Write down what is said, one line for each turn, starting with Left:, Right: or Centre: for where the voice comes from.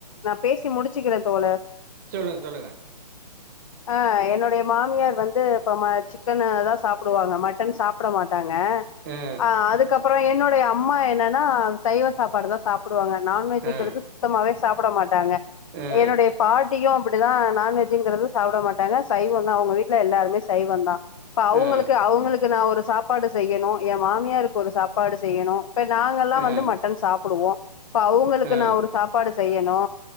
Left: நா பேசி முடிச்சுக்கிறே தோழர்
Right: சொல்லுங்க சொல்லுங்க
Left: ஆ என்னுடைய மாமியார் வந்து ப ம சிக்கனுதா சாப்புடுவாங்க மட்டன் சாப் பிட மாட்டாங்க
Right: ஆ
Left: அ அதுக்கப்புறோ என்னுடைய அம்மா என்னன்னா சைவ சாப்பாடுதா சாப்புடுவாங்க நான்வெஜ்ங்கிறது
Right: ஆ
Left: சுத்தமாவே சாப்பிட மாட்டாங்க
Right: ஆ
Left: என்னுடைய பாட்டியும் அப்படிலா நான்வெஜ்ங்கறது சாப்பிட மாட்டாங்க சைவொ தா அவுங்க வீட்ல எல்லாருமே சைவந்தா இப்ப அவுங்களுக்கு
Right: அ ஆ
Left: அவுங்களுக்கு நா ஒரு சாப்பாடு செய்யணு எ மாமியாருக்கு ஒரு சாப்பாடு செய்யணு இப்ப நாங்கல்லா
Right: ஆ
Left: வந்து மட்டன் சாப்புடுவோ இப்ப அவுங்களுக்கு
Right: ஆ
Left: நா ஒரு சாப்பாடு செய்யணு